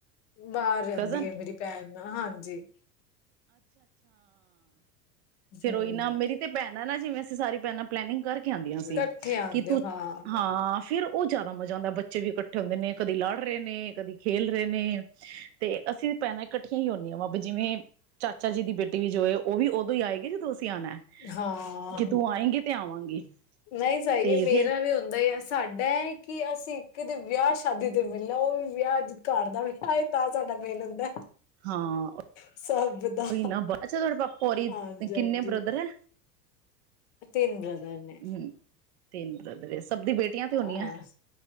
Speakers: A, on the left (about 45°); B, on the right (about 45°).
A: ਬਾਹਰ ਰਹਿੰਦੀ
B: ਕਜ਼ਨ
A: ਹੈ ਮੇਰੀ ਭੈਣ ਹਾਂਜੀ
B: ਫਿਰ
A: ਹਮ
B: ਓਹ ਹੀ ਨਾ ਮੇਰੀ ਤੇ ਭੈਣ ਨਾ ਜੀ, ਜਿਵੇਂ ਅਸੀਂ ਸਾਰੀ ਭੈਣਾਂ ਪਲੈਨਿੰਗ ਕਰਕੇ ਆਉਂਦੀਆਂ ਸੀ
A: ਇਕੱਠੇ ਆਉਂਦੇ
B: ਕਿ ਤੂੰ,
A: ਹੋ ਹਾਂ
B: ਹਾਂ ਫ਼ਿਰ ਉਹ ਜ਼ਿਆਦਾ ਮਜ਼ਾ ਆਉਂਦਾ, ਬੱਚੇ ਵੀ ਇਕੱਠੇ ਹੁੰਦੇ ਨੇ, ਕਦੀ ਲਾੜ ਪੜ੍ਹ ਰਹੇ ਨੇ, ਕਦੇ ਖੇਲ ਰਹੇ ਨੇ, ਤੇ ਅਸੀਂ ਭੈਣਾਂ ਇਕੱਠੀਆਂ ਹੀ ਆਉਣੀਆਂ ਵਾ, ਵੀ ਜਿਵੇਂ ਚਾਚਾ ਜੀ ਦੀ ਬੇਟ ਵੀ ਜੋ ਹੈ ਉਹ ਵੀ ਉਦੋਂ ਹੀ ਆਏਗੀ ਜਦੋਂ ਅਸੀਂ ਆਣਾ
A: ਹਾਂ
B: ਜਦੋ ਆਏਂਗੀ ਤੇ ਆਵਾਂਗੀ
A: ਨਹੀਂ ਸਹੀ
B: ਤੇ
A: ਏ, ਮੇਰਾ
B: ਫੇਰ
A: ਵੀ ਹੁੰਦਾ ਹੀ ਹੈ ਸਾਡੇ ਮੈਂ ਕਿਹਾ ਅਸੀਂ ਕਿਤੇ ਵਿਆਹ ਸ਼ਾਦੀ ਤੇ ਮਿਲਣਾ ਉਹ ਵੀ ਵਿਆਹੱ ਘਰ ਦਾ ਵਿਆਹ ਤਾਂ ਸਾਡਾ ਮੇਲ ਹੁੰਦਾ
B: ਹਾਂ
A: ਸਭ ਦਾ
B: ਤੁਹਾਡੇ ਪਾਪਾ ਹੋਰੀ
A: ਹਾਂਜੀ
B: ਕਿੰਨੇ
A: ਹਾਂਜੀ
B: ਬ੍ਰਦਰ ਹੈ
A: ਤਿੰਨ <inaudible>
B: ਹਮ <inaudible> ਤੇ
A: ਹਾਂ
B: ਹੁੰਦੀਆਂ